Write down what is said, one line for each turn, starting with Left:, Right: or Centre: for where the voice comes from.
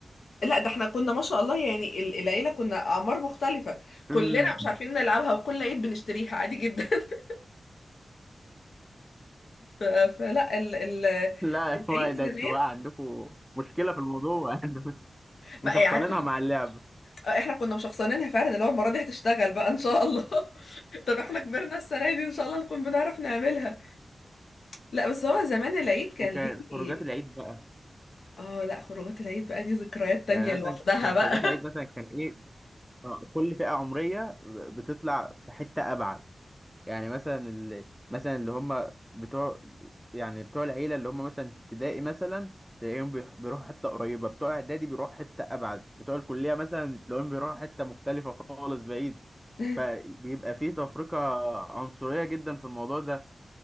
Left: لا ده احنا كنا ما شاء الله يعني ال- العيله كنا اعمار مختلفه كلنا
Centre: مم.
Left: مش عارفين نلعبها وكل عيد بنشتريها عادي جدا <laughs> ف- فلا ال ال
Centre: لا <laughs>
Left: العيد
Centre: هو ده
Left: زمان
Centre: انتوا بقى عندكم مشكلة في الموضوع <laughs>
Left: ما
Centre: مش هختارينها
Left: يعني عارف احنا
Centre: مع اللعبة
Left: احنا كنا مشخصنينها فعلا اللي هو المره دي هتشتغل بقى ان شاء الله <laughs> طب احنا كبرنا السنه دي ان شاء الله نكون بنعرف نعملها لا بس هو زمان العيد كان
Centre: وكان
Left: ليه
Centre: خروجات العيد بقى
Left: اه لا خروجات العيد بقى دي ذكريات تانية
Centre: يعني مثلا
Left: لوحدها
Centre: كان
Left: بقى
Centre: خروجات العيد مثلا كان ايه آه، كل فئة عمرية بتطلع في حتة أبعد يعني مثلا اللي مثلا اللي هم بتوع يعني بتوع العيلة اللي هم مثلا في ابتدائي مثلا تلاقيهم بيح- بيروحوا حتة قريبة بتوع إعدادي بيروحوا حتة أبعد بتوع الكلية مثلا تلاقيهم بيروحوا حتة مختلفة خالص بعيد
Left: <laughs>
Centre: فبيبقى فيه تفرقة عنصرية جدا في الموضوع ده